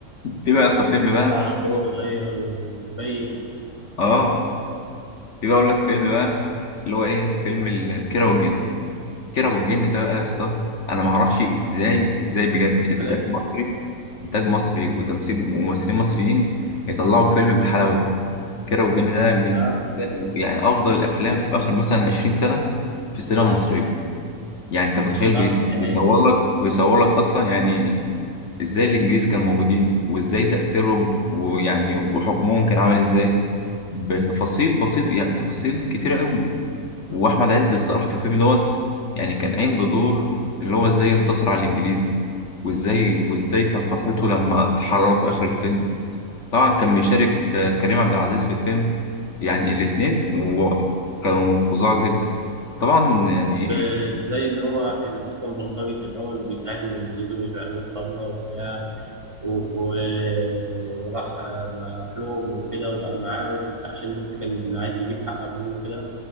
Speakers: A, on the left (about 60°); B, on the right (about 25°).
A: في بقى يا اسطى فيلم بقى
B: خوفه على اخوه
A: اللي هو
B: الصغير ومبين
A: اه في بقى اقول لك فيلم بقى اللي هو ايه فيلم ال- كيرة والجن كيرة والجن ده بقى يا اسطى انا ما اعرفش ازاي ازاي بجد
B: عالمي
A: انتاج مصري انتاج مصري وتمثيل وممثلين مصريين يطلعوا فيلم بالحلاوه ده كيرة والجن ده من
B: اه
A: يعني افضل الافلام في اخر مثلا 20 سنه في السينما المصريه يعني انت متخيل
B: صح
A: بي-
B: دي
A: بيصور
B: حقيقة
A: لك بيصور لك اصلا يعني ازاي الانجليز كانوا موجودين وازاي تأثيرهم ويعني وحكمهم كان عامل ازاي بتفاصيل بسيطة يعني تفاصيل كتيرة قوي واحمد عز الصراحة في الفيلم دوت يعني كان قايم بدور اللي هو ازاي انتصر على الانجليز وازاي وازاي كان فرحته لما اتحرروا في اخر الفيلم طبعا كان بيشارك
B: مم.
A: آه، كريم عبد العزيز في الفيلم يعني الاتنين و- كانوا فظاع جدا طبعا يعني
B: وازاي ان هو كان اصلا بلطجي في الاول وبيساعد الانجليز وبيبيع لهم خمره وبتاع و- و- وراح راح لهم وكده وبقى معاهم عشان بس كان عايز يجيب حق ابوه وكده